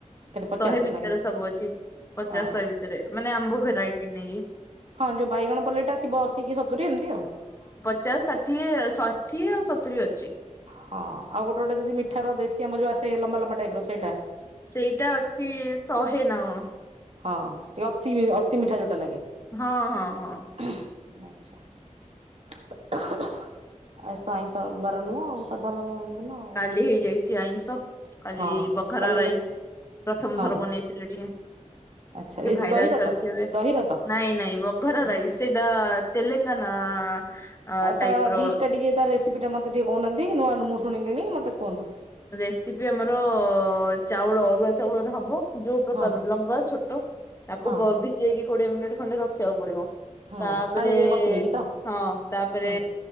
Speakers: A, on the right; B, on the left.
A: କେତେ ପଚାଶ
B: ଶହେ ଭିତରେ
A: ନା କେତେ
B: ସବୁ ଅଛି ପଚାଶ
A: ଓହୋ
B: ଶହେ ଭିତରେ ମାନେ ଆମ୍ବ ଭେରାଇଟି ନେଇକି।
A: ହଁ ଯୋଉ ବାଇଗଣ ପଲେଇ ଟା ବ ଅଶୀ କି ସତୁରି ଏମିତି ଆଉ।
B: ଚାସ୍ ଷାଠିଏ ଷାଠିଏ ଆଉ ସତୁୁରି ଅଛି।
A: ହଁ ଆଉ ଗୋଟେ ଗୋଟେ ଯଦି ମିଠାର ଦେଶୀ ଆମ୍ୱ ଯଉ ଆସେ ଲମ୍ବା ଲମ୍ବା ଟାଇପ ର ସେଇଟା।
B: ସେଇଟା ଅଛି ଶହେ ନା କଣ?
A: ହଁ ଟିକେ ଅତି ଅତି ମିଠା ଯେୋଭଟ୍ଟା ଲାଗେ।
B: ହଁ ହଁ ହଁ।
A: <unintelligible> ଆ ନୁହଁ <unintelligible> ଦିନ। ଆଉ
B: କାଲି ହେଇଯାଇଛି ଆଇଁଷ କାଲି
A: ହଁ
B: ପାଖାଳ
A: କାଲି
B: ରାଇସ ପ୍ରଥମ
A: ହଁ
B: ଥର ବନେଇ ଟିକେ ଟିକେ
A: ଆଚ୍ଛା
B: ଟିକେ
A: ଏ
B: ଭାଇରାଲ
A: ଯୋଉ ଦହିରତ
B: ଚାଲିଛି ଏବେ
A: ଦହିରତ
B: ନାଇଁ ନାଇଁ ଘର
A: ଆଉ
B: ରାଇ ସେଇଡ଼ା ତେଲେଙ୍ଗାନା ଅ
A: ଆଉ
B: ଟାଇପ
A: ତା
B: ର
A: ଡିସ୍ ଟା ଟିକେ ତା ରେସିପି ଟ ମତେ ଟିକେ କହୁନାହାନ୍ତି ନୂଆ ମୁଁ ଶୁଣିଲିଣି ମୋତେ କୁହନ୍ତୁ।
B: ରେସିପି ଆମର ଚାଉଳ ଅରୁଆ ଚାଉଳରେ ହବ। ଯୋଉ ପ୍ରକାର
A: ହଁ
B: ଲମ୍ବା ଛୋଟ ତାକୁ
A: ହଁ
B: ବବିଦେଇକି କୋଡିଏ ମିନିଟ ଖଣ୍ଡେ ରଖିବାକୁ ପଡିବ।
A: ହଁ
B: ତାପରେ
A: ପାଣିରେ ବତୁରେଇକି ତ
B: ହଁ ତାପରେ
A: ହଁ